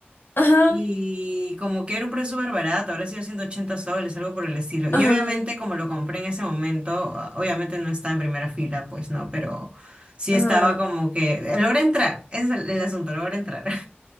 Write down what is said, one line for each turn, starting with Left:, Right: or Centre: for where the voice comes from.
Left: Ajá.
Right: Y como que era un precio súper barato, habrá sido 180 soles, algo por el estilo. Y
Left: Ajá,
Right: obviamente como lo compré en ese momento, ah, obviamente no estaba en primera fila, pues no, pero sí
Left: ajá.
Right: estaba como que... Logré entrar, ese es el, el asunto, logré entrar.